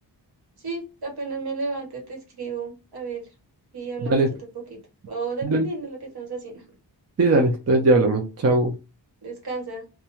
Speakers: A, on the right (about 60°); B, on the right (about 35°).
A: Sí, apenas me levante te escribo. A ver si hablamos
B: Dale,
A: otro poquito. O dependiendo
B: dale.
A: de lo que estamos haciendo.
B: Sí, dale. Entonces ya hablamos. Chao.
A: <laughs> Descansa.